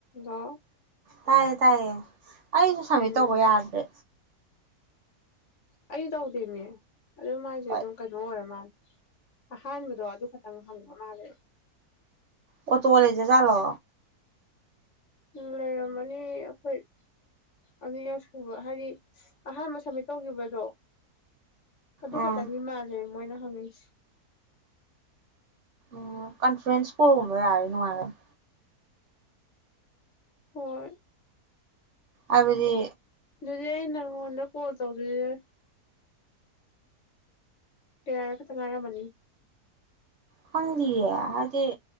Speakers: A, on the left; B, on the right.
A: Hello
B: ꯇꯥꯏꯌꯦ ꯇꯥꯏꯌꯦ ꯑꯩꯁꯨ ꯁꯝꯃꯤꯠ
A: ꯎꯝ
B: ꯇꯧꯕ ꯌꯥꯗ꯭ꯔꯦ
A: ꯑꯩꯗꯥꯎꯗꯦꯅꯦ ꯑꯗꯨ ꯃꯥꯏꯁꯦ
B: ꯍꯣꯏ
A: ꯑꯗꯨꯝ ꯀꯩꯅꯣ ꯑꯣꯏꯔ ꯃꯥꯜꯂꯦ ꯑꯍꯥꯟꯕꯗꯣ ꯑꯗꯨ ꯈꯛꯇꯪ ꯍꯪꯕ ꯃꯥꯜꯂꯦ
B: ꯑꯣ ꯇꯣꯔꯦꯖ ꯖꯂꯣ
A: ꯎ ꯂꯩꯔꯝꯃꯅꯤ ꯑꯩꯈꯣꯏ ꯑꯅꯤꯔꯛ ꯁꯨꯕ ꯍꯥꯏꯗꯤ ꯑꯍꯥꯟꯕ ꯁꯕꯃꯤꯠ ꯇꯧꯈꯤꯕꯗꯣ ꯑꯗꯨ
B: ꯎꯝ
A: ꯈꯛꯇꯪꯒꯤ ꯃꯥꯜꯂꯦ ꯃꯣꯏꯅ ꯐꯁ
B: ꯎꯝ ꯀꯣꯟꯐꯔꯦꯟꯁ ꯀꯕ ꯌꯥꯔ ꯅꯅꯨꯡꯉꯥꯏꯅ
A: ꯍ
B: ꯑꯗꯨꯕꯗꯤ
A: ꯑꯗꯨꯗꯤ ꯏꯟꯅ ꯔꯃꯣꯣꯟꯗ ꯀꯣꯜ ꯇꯧꯗ ꯇꯦꯔ ꯈ ꯇ ꯉꯔ ꯃꯅꯤ
B: ꯈꯪꯗꯤꯌꯦ ꯍꯥꯏꯗꯤ